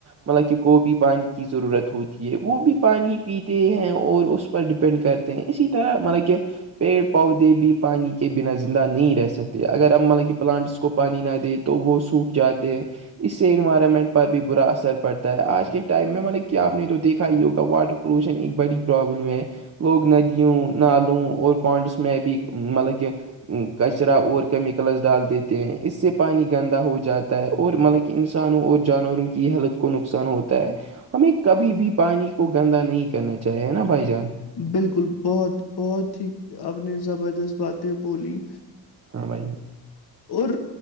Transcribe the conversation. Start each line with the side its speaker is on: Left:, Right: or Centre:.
Right: مطلب کہ گوبھی پانی کی ضرورت ہوتی ہے وہ بھی پانی پیتے ہیں اور اس پر ڈیپینڈ کرتے ہیں اسی طرح مطلب کہ پیڑ پودے بھی پانی کے بنا زندہ نہیں رہ سکتے اگر اب ملب کہ پلانٹس کو پانی نہ دے تو وہ سوکھ جاتے ہیں اس سے انوائرمنٹ پر بھی برا اثر پڑتا ہے آج کے ٹائم میں مطلب کہ آپ نے تو دیکھا ہی ہوگا واٹر پولوشن ایک بڑی پرابلم ہے لوگ ندیوں نالوں اور پانڈس میں بھی مطلب کہ کچرا اور کیمیکلس ڈال دیتے ہیں اس سے پانی گندا ہو جاتا ہے اور مطلب انسانوں اور جانوروں کی حلت کو نقصان ہوتا ہے ہمیں کبھی بھی پانی کو گندا نہیں کرنا چاہیے نا بھائی جان
Left: بالکل بہت بہت ہی اب نے زبردست باتیں بولی
Right: ہاں بھائی جان
Left: اور